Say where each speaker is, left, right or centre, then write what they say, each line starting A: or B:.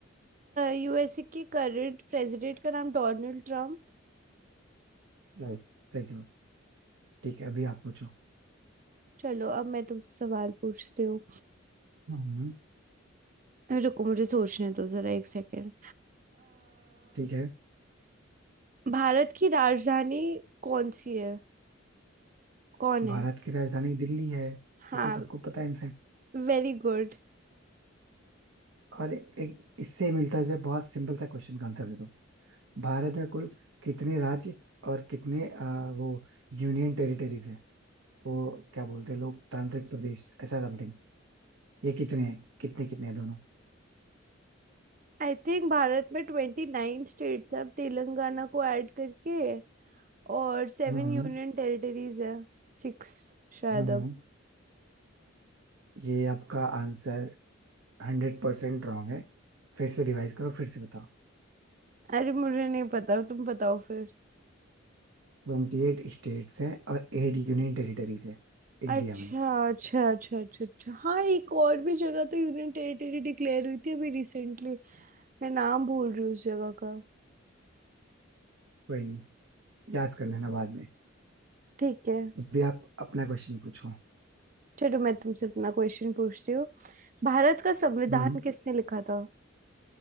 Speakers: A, on the right (about 40°); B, on the right (about 85°).
A: यूएसए के करंट प्रेसिडेंट का नाम डोनाल्ड ट्रम्प
B: राइट सही जवाब ठीक है अभी आप पूछो
A: चलो अब मैं तुमसे सवाल पूछती हूँ
B: हम्म
A: रुको मुझे सोचने दो जरा एक सेकेंड
B: ठीक है
A: भारत की राजधानी कौन सी है कौन
B: भारत
A: है
B: की राजधानी दिल्ली है ये
A: हाँ
B: तो सबको पता है इनफैक्ट
A: Very good
B: और एक इससे मिलता जुलता बहुत सिंपल सा क्वेश्चन का आंसर दे दो भारत में कुल कितने राज्य और कितने आ, वो यूनियन टेरिटरीज है वो क्या बोलते हैं लोग तांत्रिक प्रदेश ऐसा समथिंग ये कितने हैं कितने कितने हैं दोनों
A: I think Bharat में ट्वेंटी नाइन स्टेट्स है अब तेलंगाना को ऐड करके और सेवन
B: हम्म
A: यूनियन टेरिटरीज है सिक्स शायद
B: हम्म
A: अब
B: हम्म। ये आपका आंसर हंड्रेड परसेंट रॉन्ग है फिर से रिवाइज करो फिर से बताओ
A: अरे मुझे नहीं पता तुम बताओ फिर
B: ट्वेंटी एट स्टेट्स हैं और एट यूनियन टेरिटरीज है इंडिया
A: अच्छा
B: में
A: अच्छा अच्छा अच्छा अच्छा हाँ एक और भी जगह तो यूनियन टेरिटरी डिक्लेयर हुई थी अभी रिसेंटली मैं नाम भूल रही हूँ उस जगह का
B: कोई नहीं याद कर लेना बाद में
A: ठीक है
B: अभी आप अपना क्वेश्चन पूछो
A: चलो मैं तुमसे अपना क्वेश्चन पूछती हूँ भारत का संविधान
B: हम्म
A: किसने लिखा था